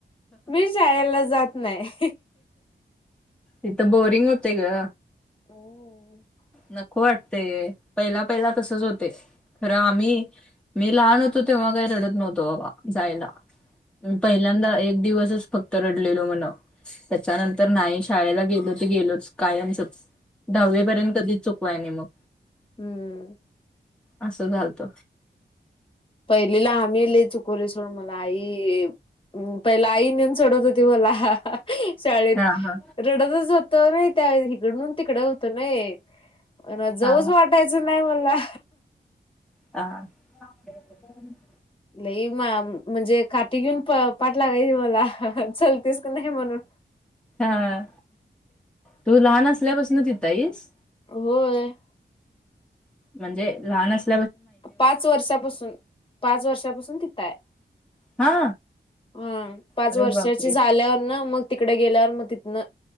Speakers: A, on the left (about 30°); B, in the centre.
A: मी शाळेला जात नाही.
B: तिथ बोरिंग होते ग.
A: <inaudible>
B: नको वाटतंय पहिला पहिला तसंच होतेय. खरं आम्ही मी लहान होतो तेव्हा काही रडत नव्हतो बाबा जायला. मी पहिल्यांदा एक दिवसच फक्त रडलेलो म्हणव त्याच्यानंतर नाही. शाळेला गेलो तर गेलोच कायमचं दहावी पर्यंत कधी चुकवाय नाही मग.
A: हम्म.
B: असं झालत.
A: पहिलीला आम्हीचुकोलीसोडून मला आई. हम पहिल आई नेऊन सोडत होती मला हा.. हा.. शाळेत
B: हा हा
A: रडतच होतो आम्ही त्यावेळे इकडून तिकडून होतो ना हे. मला जाऊच
B: हा
A: वाटायचं नाही मला.
B: <unintelligible>
A: लई मा म्हणजे काठी घेऊन पाठलागयजे मला चलतेस का नाही म्हणून.
B: हा तू लहान असल्यापासूनचिताईस?
A: होय.
B: म्हणजे लहानस.
A: पाच वर्षापासून पाच वर्षापासून तिथंआय.
B: हा.
A: अ पाच
B: अरे
A: वर्षाची
B: बापरे!
A: झाल्यावर ना मग. तिकडे गेल्यावर मग तिथनं